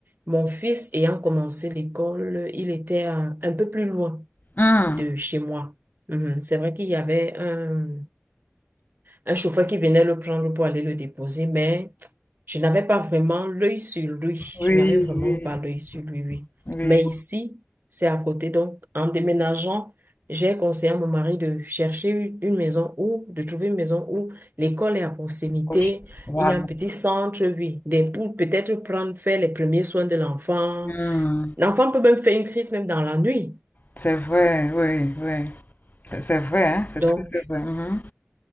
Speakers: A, on the right (about 55°); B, on the left (about 45°).
A: mon fils ayant commencé l'école, il était euh, un peu plus loin
B: hmm,
A: de chez moi. Mhm. C'est vrai qu'il y avait un, un chauffeur qui venait le prendre pour aller le déposer, mais je n'avais pas vraiment l'œil sur lui.
B: Oui,
A: Je n'avais vraiment
B: oui,
A: pas l'œil sur lui, oui.
B: oui,
A: Mais ici, c'est à côté. Donc, en déménageant, j'ai conseillé à mon mari de chercher une une maison où, de trouver une maison où l'école est à proximité.
B: proche. Vraiment.
A: Il y a un petit centre, oui, des, pour peut-être prendre, faire les premiers soins de l'enfant.
B: hum.
A: L'enfant peut même faire une crise même dans la nuit.
B: C'est vrai, oui, oui. C'est c'est vrai, hein, C'est
A: Donc,
B: très, très vrai. Mhm.